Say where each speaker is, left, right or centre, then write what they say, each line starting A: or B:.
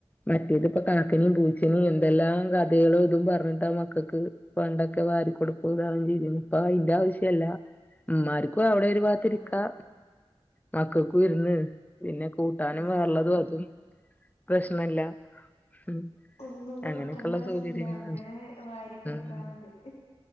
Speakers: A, on the left; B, on the left.
A: മറ്റേതിപ്പ കാക്കനിയും
B: ഉം
A: പൂച്ചണി എന്തെല്ലാം കാ ളോ ഇതും പറഞ്ഞിട്ട് ആ മക്കൾക്ക് പണ്ടൊക്കെ വാരി കൊടുക്കും ഇതാ വണ്ടി രും ഇപ്പൊ അതിന്റെ ആവശ്യല്ല ഇമാർക്ക്‌ ഇപ്പ അവിടെ ഒരു പാത്തിരിക്കാ
B: ആഹ്
A: മക്കൾക് ഇരുന്ന് പിന്നെ കൂട്ടാനും
B: ആഹ്
A: വേറള്ളതും അതും പ്രശ്നല്ല ഉം
B: ഒന്നും നോക്കേണ്ട
A: അങ്ങനെയൊക്കെയുള്ള
B: അവസ്യല്ല
A: സൗകര്യങ്ങളാണ്
B: അങ്ങനെ വാരി കൊടുത്താ
A: ഉം
B: മതി